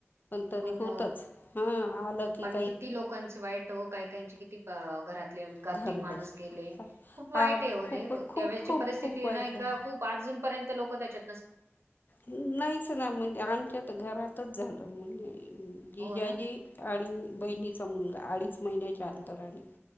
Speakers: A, on the left; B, on the right.
A: तरी
B: पण
A: होतच हां आलं की
B: पण
A: काही
B: किती लोकांच वाईट काय काहीचे किती घरात.. तें करते
A: घर
B: माणूस
A: बस
B: गेले, खूप वाईट
A: हा
B: हाय ओ तें
A: खूप खूप
B: त्या वेलची
A: खूप
B: परिस्थिती
A: खूप वाईट
B: ना एका
A: झालं.
B: खूप अजून र्यंत लोक त्याच्या
A: नाहीच ना म्हणजे आमच्या तर घरातच झालं. जिजाजी
B: हो ना
A: आणि बहिणीचा मुलगा अडीच महिन्याच्या अंतराने..